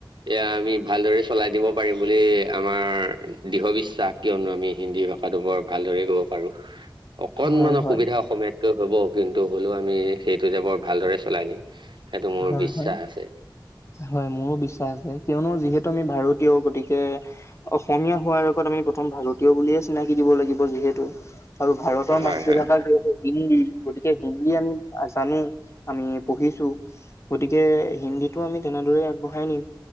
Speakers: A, on the right (about 70°); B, on the left (about 35°).
A: এ আমি ভালদৰে চলাই দিব পাৰিম বুলি আমাৰ দৃঢ় বিশ্বাস কিয়নো আমি হিন্দী ভাষাটো বৰ ভালদৰে ক'ব পাৰো।
B: <inaudible>
A: অকনমান
B: হয় হয়
A: অসুবিধা
B: হয়
A: অসমীয়াতকৈ হব কিন্তু হ'লেও আমি সেইটো যে বৰ ভালদৰে চলাই নিম। সেইটো মোৰ
B: হয়-হয়।
A: বিশ্বাস আছে
B: হয় মোৰো বিশ্বাস আছে কিয়নো যিহেতু আমি ভাৰতীয় গতিকে অসমীয়া হোৱাৰ আগত আমি প্ৰথম ভাৰতীয় বুলিয়ে চিনাকি দিব লাগিব যিহেতু। আৰু ভাৰতৰ
A: হয়
B: মাতৃভাষা
A: হয়
B: যিহেতু হিন্দী গতিকে হিন্দী আমি জানো আমি পঢ়িছো। গতিকে হিন্দী আমি তেনেদৰেই আগবঢ়াই নিম